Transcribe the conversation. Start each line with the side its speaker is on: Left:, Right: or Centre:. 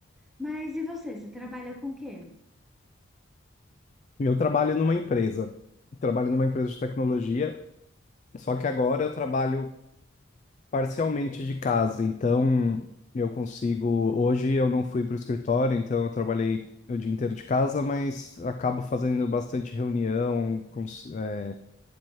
Centre: Mas e você? Você trabalha com o quê?
Left: Eu trabalho numa empresa, trabalho numa empresa de tecnologia, só que agora eu trabalho parcialmente de casa, então eu consigo, hoje eu não fui para o escritório, então eu trabalhei o dia inteiro de casa, mas acabo fazendo bastante reunião, cons- é,